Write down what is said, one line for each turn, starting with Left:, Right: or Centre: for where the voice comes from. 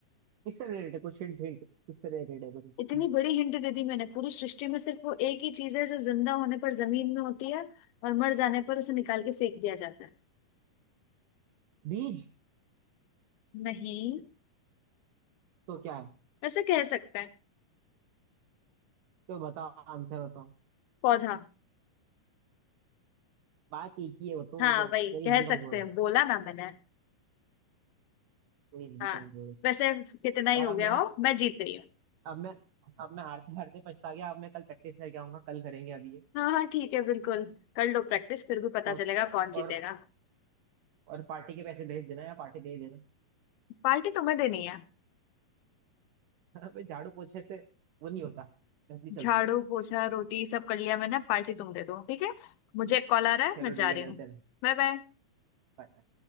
Right: किससे रिलेटेड है कुछ हिंट हिंट किससे रिलेटेड है कुछ इस
Left: इतनी
Right: चीज
Left: बड़ी हिंट दे दी मैंने पूरी सृष्टि में सिर्फ वो एक ही चीज है जो जिंदा होने पर जमीन में होती है और मर जाने पर उसे निकाल के फेंक दिया जाता है
Right: बीज
Left: नहीं
Right: तो क्या है
Left: ऐसे कह सकते हैं
Right: तो बताओ आंसर बताओ
Left: पौधा
Right: बात एक ही है वो तो
Left: हाँ
Right: वो तो
Left: वही
Right: तेरी हिंदी
Left: कह
Right: कमजोर
Left: सकते हैं
Right: है
Left: बोला ना मैंने
Right: मेरी हिंदी
Left: हाँ
Right: कमजोर है
Left: वैसे कितना ही
Right: यार
Left: हो
Right: अब
Left: गया
Right: मैं
Left: हो मैं जीत गई हूँ
Right: अब मैं अब मैं हारते हारते पछता गया अब मैं कल प्रैक्टिस करके आऊंगा कल करेंगे अभी ये
Left: हाँ हाँ ठीक है बिल्कुल कर लो प्रैक्टिस फिर भी पता
Right: और
Left: चलेगा कौन जीतेगा
Right: और और पार्टी के पैसे भेज देना या पार्टी दे देना
Left: पार्टी तुम्हें देनी है
Right: <laughs> अबे झाड़ू पोछे से वो नहीं होता घर नहीं चलता
Left: झाड़ू पोछा रोटी सब कर लिया मैंने पार्टी तुम दे दो ठीक है मुझे एक कॉल आ रहा है
Right: चलो
Left: मैं
Right: ठीक
Left: जा रही
Right: है मिलते
Left: हूँ
Right: हैं
Left: Bye bye
Right: Bye bye